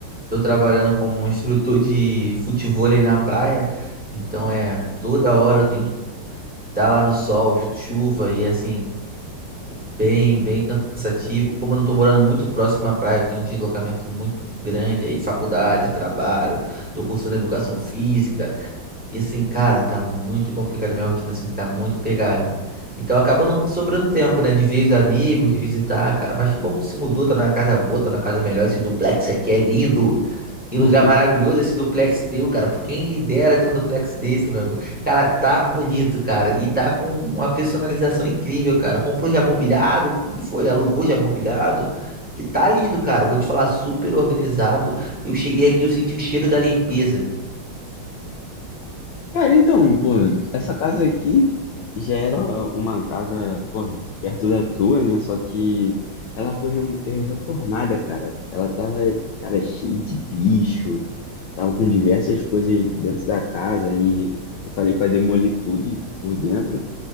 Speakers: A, in the centre; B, on the left.
A: Tô trabalhando como um instrutor de futevôlei na praia, então é toda hora eu tenho que estar lá no sol, chuva e assim, bem, bem cansativo. Como eu não tô morando muito próximo à praia, eu tenho um deslocamento muito grande aí, faculdade, trabalho, tô cursando educação física. E assim, cara, tá muito complicado. Minha rotina, assim, tá muito pegada. Então acaba não sobrando tempo, né? De ver os amigos, de visitar, cara. Mas que bom que tu se mudou, tá na casa boa, tá na casa melhor. Esse duplex aqui é lindo. Que
B: <laughs>
A: lugar maravilhoso esse duplex teu, cara. Por quem me dera ter um duplex desse, meu amigo. Cara, tá bonito, cara. E tá com uma personalização incrível, cara. Comprou já mobiliado? Como que foi? Alugou já mobiliado? Porque tá lindo, cara. Vou te falar, super organizado. Eu cheguei aqui, eu senti o cheiro da limpeza.
B: Cara, então, pô, essa casa aqui já era uma casa, pô, perto da tua, né? Só que ela foi remo- eh, reformada, cara. Ela tava, cara, cheia de bicho, tava com diversas coisas dentro da casa e eu falei pra demolir tudo por dentro.